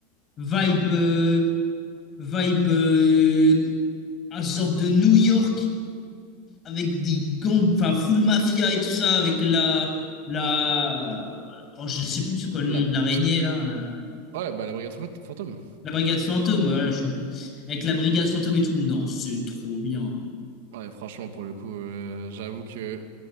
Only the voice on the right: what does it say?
La...
Ouais, bah la brigade fant- fantôme.
Ouais, franchement, pour le coup, euh, j'avoue que